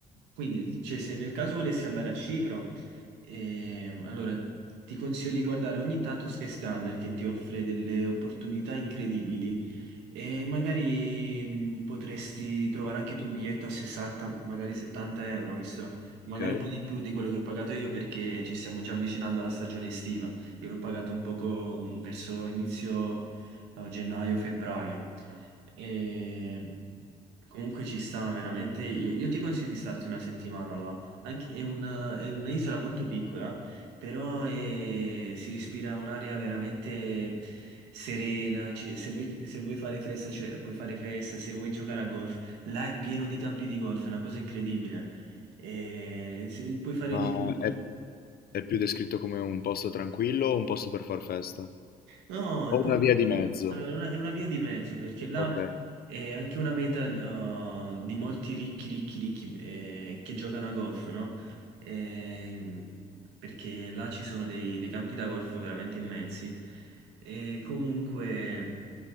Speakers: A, on the right; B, on the left.
A: quindi, cioè, se nel caso volessi andare a Cipro, ehm, allora ti consiglio di guardare ogni tanto Sky Scanner che ti offre delle opportunità incredibili e magari mh, potresti trovare anche tu un biglietto a 60, magari 70 euro, visto magari
B: Ok.
A: un po' di più di quello che ho pagato io perché ci stiamo già avvicinando alla stagione estiva. Io l'ho pagato un poco mh, verso inizio no, gennaio-febbraio. E comunque ci sta veramente. Io, io ti consiglio di starti una settimana là. Anche- è un- è un'isola molto piccola, però è- si respira un'aria veramente serena. ci- se vuoi, se vuoi fare festa, cioè, puoi fare festa, se vuoi giocare a golf, là è pieno di campi di golf, è una cosa incredibile. E, se- puoi fare
B: Ma
A: di tutto.
B: è, è più descritto come un posto tranquillo o un posto per far festa?
A: No, è
B: O
A: pu-
B: una via di mezzo?
A: allora, è una, è una via di mezzo perché là
B: Ok.
A: è anche una meta eh, di molti ricchi, ricchi, ricchi eh, che giocano a golf, no? Ehm, perché là ci sono dei, dei campi da golf veramente immensi e comunque.